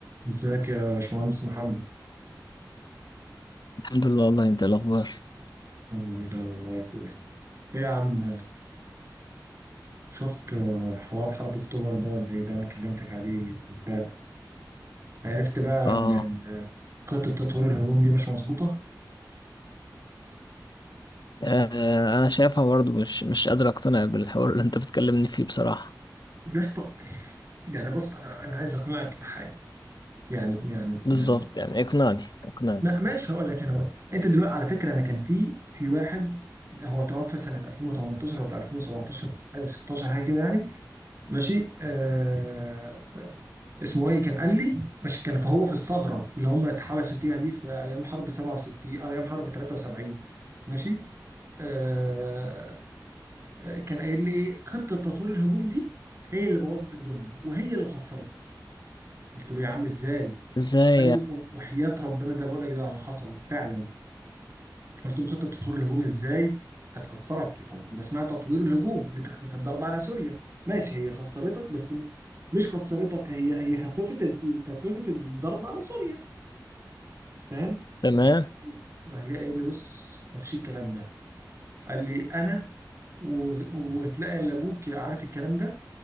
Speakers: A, on the right; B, on the left.
A: ازيك يا باشمهندس محمد
B: الحمد لله والله انت إيه الاخبار
A: الحمد لله والله يا اخويا ايه يا عم شفت حوار حرب اكتوبر ده ولا ايه ده انا كلمتك عليه امبارح عرفت بقى
B: اه
A: ان خطه تطوير الهجوم دي مش مظبوطه
B: آه، انا شايفها برضو مش مش قادر اقتنع بالحوار اللي انت بتكلمني فيه بصراحة
A: يا اسطى يعني بص انا انا عايز اقنعك بحاجه يعني يعني يعني
B: بالظبط يعني اقنعني اقنعني
A: ما ماشي هقول لك انا هقول. انت دلوقتي على فكره انا كان في في واحد هو توفى سنه 2018 ولا 2017 حاجه 16 حاجه كده يعني ماشي آه اسمه ايه كان قال لي عشان كان فهو في الثغره اللي هم اتحبسوا فيها دي في ايام حرب 67 او ايام حرب 73 ماشي آه آه، كان قايل لي ايه خطه تطوير الهجوم دي هي اللي بوظت الدنيا وهي اللي خسرت قلت له يا عم ازاي
B: ازاي
A: قال
B: يعني
A: لي و- وحياة ربنا ده بقول لك ده اللي حصل فعلا قلت له خطه تطوير الهجوم ازاي هتخسرك طب ده اسمها تطوير الهجوم لتخفيف الضرب على سوريا ماشي هي خسرتك بس م- مش خسرتك هي هي خففت ال- خففت الضرب على سوريا فاهم
B: تمام
A: يعني راح جاي قايل لي بص ما فيش الكلام ده قال لي انا و... وتلاقي إلا ابوك عارف الكلام ده